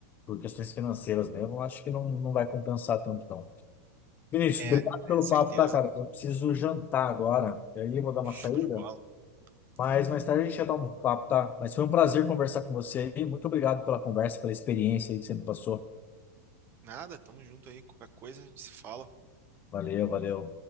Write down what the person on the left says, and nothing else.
Por questões financeiras mesmo, eu acho que não, não vai compensar tanto, não. Vinícius,
obrigado pelo
papo, tá, cara? Eu preciso jantar agora. E aí eu vou dar uma
saída.
Mas
mais tarde a gente já dar um papo, tá? Mas foi um prazer conversar com você aí. Muito obrigado pela conversa, pela experiência aí que você me passou.
Valeu, valeu.